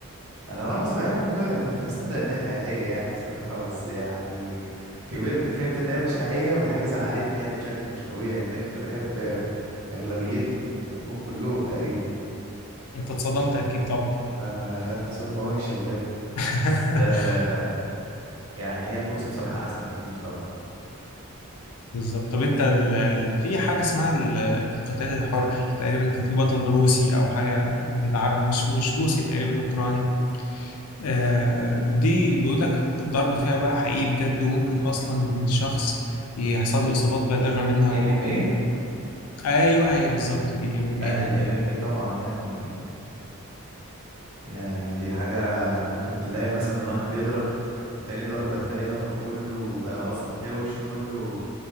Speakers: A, on the right (about 75°); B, on the left (about 85°).
A: انا وانا صغير ما كنت كنت مصدق ان هي حقيقيه يعني بصراحه بس يعني كبرت فهمت ان هي مش حقيقيه ودي حاجه زعلتني يعني بشكل مش طبيعي لان انا كنت بحب اغلبيتهم بحبهم كلهم تقريبا
B: انت اتصدمت اكيد طبعا
A: انا خدت صدمه وحشه بجد
B: <laughs>
A: بس آه يعني هي البوكس بصراحه احسن بكتير طبعا
B: بالظبط طب انت ال... ال- في حاجه اسمها ال- القتال الحر تقريبا كان في بطل روسي او حاجه بيلعبها مش مش روسي تقريبا اوكراني آه دي بيقول لك الضرب فيها بقى حقيقي بجد وممكن اصلا الشخص يحصل له اصابات بالغه منها
A: ام
B: وممكن
A: ام ايه
B: ايوه هي بالظبط دي ام ام
A: لا
B: اي
A: الام ام ايه طبعا يعني يعني دي حاجة ممكن تلاقي مثلا واحد بيضرب التاني ضربة تلاقي ظهره كله آه، قصدي تلاقي وشه كله